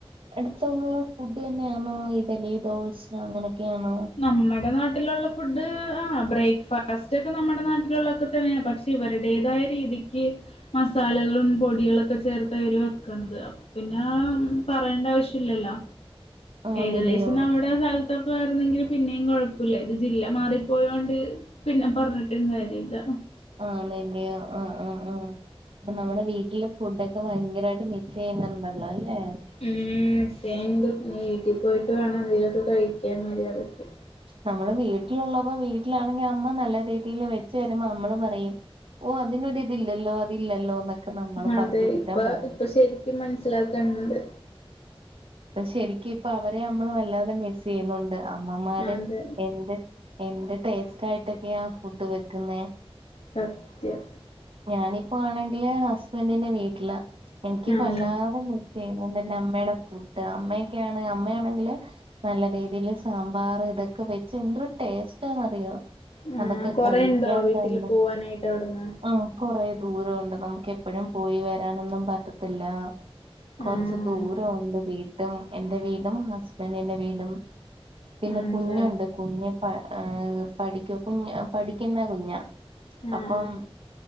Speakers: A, on the right; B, on the left.
A: അടുത്തുള്ള ഫുഡ് തന്നെയാന്നോ, ഇഡലി ദോശ അങ്ങനെയൊക്കെയാന്നോ?
B: നമ്മുടെ നാട്ടിലുള്ള ഫുഡ് ആഹ് ബ്രേക്ക്ഫാസ്റ്റ് ഒക്കെ നമ്മുടെ നാട്ടിലുള്ളൊക്കെ തന്നെയാണ് പക്ഷെ. ഇവരുടേതായ രീതിക്ക് മസാലകളും പൊടികളൊക്കെ ചേർത്താ ഇവര് വെക്ക്ണത്. അപ്പ പിന്നെ പറയേണ്ട ആവശ്യല്ലല്ലോ.
A: ആന്നില്ല്യോ
B: ഏകദേശം നമ്മുടെ കാലത്തൊക്കെ ആയിരുന്നെങ്കിൽ പിന്നിം കൊഴ പ്പുല്ല ഇത് ജില്ല മാറിപ്പോയോണ്ട് പിന്നെ പറഞ്ഞിട്ടും കാര്യല്ല
A: ആണല്ല്യോ. ആഹ് ആഹ് ആഹ്. അപ്പം നമ്മുടെ വീട്ടില് ഫുഡൊക്കെ ഭയ് ങ്കരായിട്ട് മിസ് ചെയ്യുന്നുണ്ടല്ലോ ല്ലെ.
B: ഉം മിസ്സെയ്യ്ണ്ട്. ഇനി വീട്ടി പോയിട്ട് വേണം എന്തേലു ഒക്കെ കഴിക്കാൻ മര്യാദക്ക്.
A: നമ്മള് വീട്ടിലുള്ളപ്പം വീട്ടിലാണെങ്കി അമ്മ നല്ല രീതിയില് വെച്ച് തരുമ്പം നമ്മള് പറയും. ഓഹ് അതിനൊരു ഇതില്ലല്ലോ അതില്ലല്ലോന്നൊക്കെ നമ്മള്
B: അതെ
A: പത്തു കുറ്റം
B: ഇപ്പ
A: പറയും
B: ഇപ്പൊ ശരിക്കും മനസ്സിലാക്കാനുണ്ട്.
A: ഇപ്പൊ ശരിക്കും ഇപ്പൊ അവരെ നമ്മള് വല്ലാതെ മിസ് ചെയ്യുന്നുണ്ട് അമ്മമാരെ
B: അതെ
A: എന്ത് എന്ത് ടേസ്റ്റായിട്ടൊക്കെയാ ഫുഡ് വെക്കുന്നെ.
B: സത്യം
A: ഞാനിപ്പോ ആണെങ്കില് ഹസ്ബൻഡിന്റെ വീട്ടിലാ. എനിക്കിപ്പൊ
B: ആഹ്
A: വല്ലാതെ മിസ് സെയ്യുന്നുണ്ട് എന്റെ അമ്മയുടെ ഫുഡ് അമ്മയൊക്കെയാണ് അമ്മയാണെങ്കില് നല്ല രീതീല് സാമ്പാർ ഇതൊക്കെ വെച്ച് എന്തൊരു ടേസ്റ്റാന്നറിയോ
B: ആ
A: അതൊക്കെ
B: കൊറേ
A: കഴിക്കാൻ
B: ഉണ്ടോ വീട്ടില്
A: തന്നെ
B: പോവാനായിട്ട് അവിടുന്ന്
A: ആഹ് കൊറേ ദൂരവുണ്ട് നമുക്ക് എപ്പഴും പോയി വരാനൊന്നും പറ്റത്തില്ല കൊറച്ച്
B: ആഹ്
A: ദൂരവുണ്ട് വീട്ടും എന്റെ വീടും ഹസ്ബൻഡിന്റെ വീടും പിന്നെ
B: ആണല്ലേ
A: കുഞ്ഞുണ്ട് കുഞ്ഞ് പ ഏഹ് പഠിക്ക്യ കുഞ് പഠിക്കുന്ന കുഞ്ഞാ
B: ആഹ്
A: അപ്പം